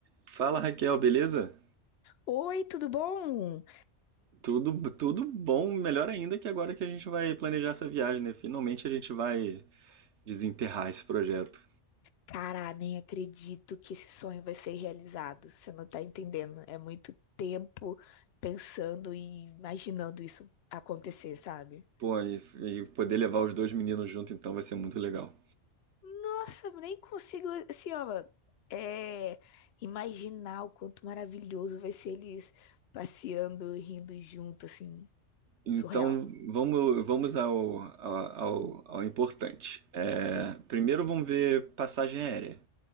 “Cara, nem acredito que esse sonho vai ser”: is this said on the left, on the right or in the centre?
Left